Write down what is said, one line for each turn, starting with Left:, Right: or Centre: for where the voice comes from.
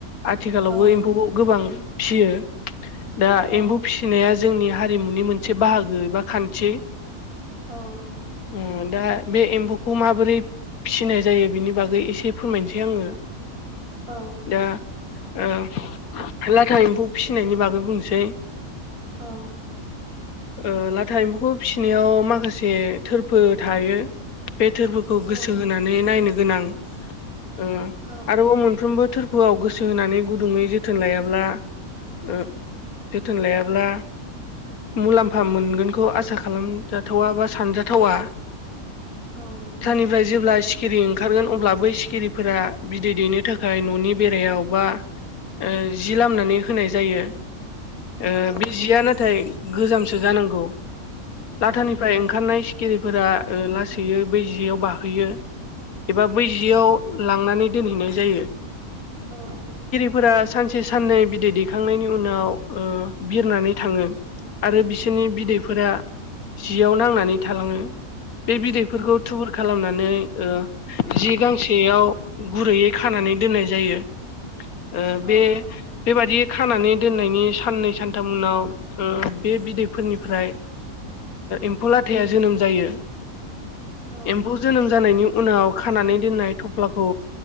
Left: आथिखालावबो
Right: औ
Left: एम्फौखौ गोबां फिसियो दा
Right: औ
Left: एम्फौ फिसिनाया जोंनि हारिमुनि मोनसे बाहागो एबा खान्थि।
Right: औ।
Left: ओ दा बे एम्फौखौ माबोरै फिसिनाय जायो बेनि बागै एसे फोरमायनोसै आङो।
Right: औ
Left: दा ओ लाथा एम्फौ फिनायनि बागै बुंसै।
Right: औ।
Left: ओ लाथा एम्फौखौ फिसिनायाव माखासे थोरफो थायो। बे थोरफोरखौ गोसो
Right: औ
Left: होनानै नायनो गोनां ओ
Right: औ
Left: आरोबाव मोनफ्रोमबो थोरफोआव गोसो होनानै गुदुङै जोथोन लायाब्ला ओ जोथोन लायाब्ला मुलाम्फा मोनगोनखौ आसा खालामजाथावा बा सानजाथावा।
Right: औ
Left: थानिबाय जेब्ला सिखिरि ओंखारगोन अब्ला बै सिखिरिफोरा बिदै दैनो थाखाय न'नि बेरायाव बा ओ जि लामनानै होनाय जायो ओ
Right: औ
Left: बे जिया नाथाय गोजामसो जानांगौ
Right: औ
Left: लाथानिफ्राय ओंखारनाय सिखिरिफोरा ओ लासै यो बै जेयाव बाहोयो। एबा बै जियाव लांनानै दोनहैनाय जायो।
Right: औ।
Left: फोरा सानसे साननै बिदै दैखांनायनि उनाव ओ बिरनानै थाङो आरो बिसोरनि बिदैफोरा जियाव नांनानै थालाङो बे बिदैफोरखौ थुबुर खालामनानै ओ जि गांसेयाव गुरैयै खानानै दोननाय जायो। ओ
Right: औ
Left: बे बेबादि खानानै दोननायनि साननै सानथाम उनाव ओ बे बिदैफोरनिफ्राय एम्फौ लाथाया जोनोम जायो।
Right: औ
Left: एम्फौ जोनोम जानायनि उनाव खानानै दोननाय थफ्लाखौ